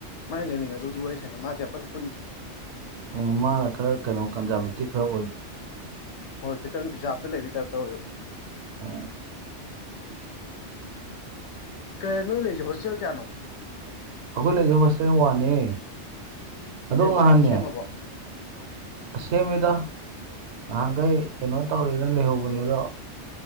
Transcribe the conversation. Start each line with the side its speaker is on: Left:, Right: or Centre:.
Left: ꯃꯥꯏ ꯂꯩꯃꯤꯟꯅꯗꯨꯗꯤ ꯋꯥꯔꯤ ꯁꯥꯟꯅꯩ ꯃꯥꯗꯤ ꯌꯥꯝꯀꯟ ꯄꯨꯟꯗꯔꯤ꯫
Right: ꯎꯝ ꯃꯥꯅ ꯈꯔ ꯀꯩꯅꯣ ꯀꯟꯖꯥꯔꯕꯦꯇꯤꯞ ꯈꯔ ꯑꯣꯏꯕꯅꯤ꯫
Left: ꯍꯣꯏ ꯈꯤꯇꯪ ꯔꯤꯖꯥꯔꯞꯇ ꯂꯩꯕꯩ ꯇꯥꯏꯄ ꯇꯧꯑꯕꯥ꯫
Right: ꯑ
Left: ꯀꯩꯅꯣ ꯅꯣꯏ ꯂꯩꯖ ꯍꯣꯁꯇꯦꯜ ꯀꯌꯥꯅꯣ꯫
Right: ꯑꯩꯈꯣꯏꯅ ꯂꯩꯁꯦ ꯍꯣꯇꯦꯜ ꯋꯥꯟꯅꯦ꯫ ꯑꯗꯣ
Left: ꯑꯦ
Right: ꯉꯍꯥꯟꯅꯦ
Left: ꯋꯥꯟ ꯁꯦꯝꯃꯕꯣ
Right: ꯁꯦꯝꯃꯦꯗ ꯉꯍꯥꯛꯈꯩ ꯀꯩꯅꯣ ꯇꯧꯔꯦꯅ ꯂꯩꯍꯧꯕꯅꯦ ꯑꯗꯣ